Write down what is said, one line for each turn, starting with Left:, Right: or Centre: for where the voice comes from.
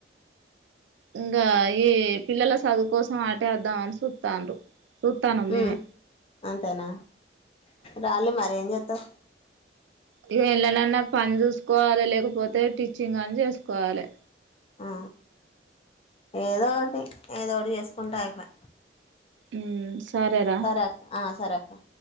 Right: ఇంకా ఈ పిల్లల చదువు కోసం ఆటే వద్దామని చూతారు చుత్తనాము
Left: మ్మ్
Right: నేనే
Left: అంతేనా రాలి మరి ఏం చేద్దాం
Right: ఇక ఎళ్ళనన్నా పని చూసుకోవాలి లేకపోతే స్టిచ్చింగ్ అని చేసుకోవాలి
Left: ఆ ఏదో అండి ఏదోకటి చేసుకుంటే అయిపోయ
Right: ఉమ్ సరేరా
Left: సరే అక్క ఆ సరే అక్క